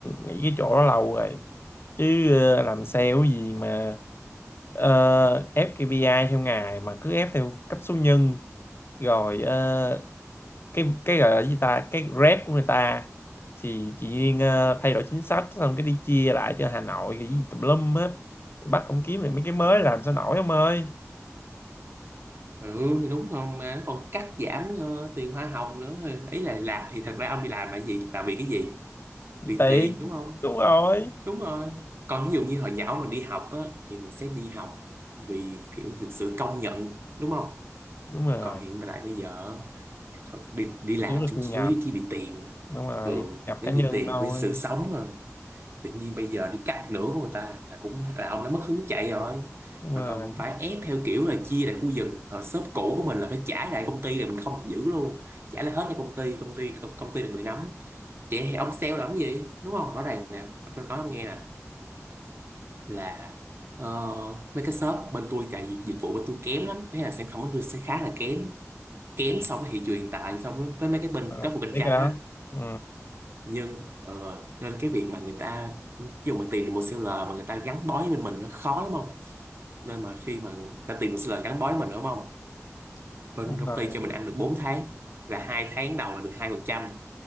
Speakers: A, on the left; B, on the right.
A: nghỉ cái chỗ đó lâu rồi. Chứ ờ, làm sale gì mà ờ, ép KPI theo ngày mà cứ ép theo cấp số nhân rồi ờ, cái cái gọi là gì ta cái rep của người ta thì chị Duyên ờ, thay đổi chính sách xong cái đi chia lại cho Hà Nội cái gì tùm lum hết bắt ông kiếm lại mấy cái mới làm sao nổi ông ơi
B: ừ thì đúng không mà nó còn cắt giảm ờ, tiền hoa hồng nữa ý là làm thì thật ra ông đi làm là gì là vì cái gì
A: chị
B: vì
A: tiền
B: tiền đúng không
A: đúng rồi
B: đúng rồi còn ví dụ như hồi nhỏ mình đi học á thì mình sẽ đi học vì kiểu được sự công nhận đúng không
A: đúng rồi
B: còn hiện tại bây giờ Phật đi, đi làm
A: thiếu là
B: cũng
A: thu
B: chỉ
A: nhập
B: chủ yếu chỉ vì tiền thôi.
A: đúng rồi
B: ừ
A: nhập
B: chỉ
A: cá
B: vì
A: nhân
B: tiền
A: thôi
B: với sự sống rồi tự nhiên bây giờ đi cắt nửa của người ta là cũng là ông đã mất hứng chạy rồi
A: đúng
B: mà
A: rồi,
B: còn phải ép theo kiểu là chia lại khu vực hồi shop cũ của mình là phải trả lại công ty rồi mình không được giữ luôn trả lại hết cho công ty công ty công ty là người nắm vậy thì ông sale làm cái gì đúng không rõ ràng nè tôi nói ông nghe nè là ờ, mấy cái shop bên tôi chạy dịch dịch vụ bên tôi kém lắm thế là sản phẩm bên tôi sẽ khá là kém kém so với thị trường hiện tại so với, với mấy cái bên
A: đúng rồi.
B: các cuộc cạnh
A: biết
B: tranh
A: cái đó
B: á
A: ừ,
B: nhưng ờ, nên cái việc mà người ta khi mà tìm được một seller mà người ta gắn bó với bên mình nó khó lắm không nên mà khi mà người ta tìm một seller gắn bó với mình đúng không bên
A: đúng
B: công
A: rồi
B: ty cho mình ăn được 4 tháng là hai tháng đầu là được hai phần trăm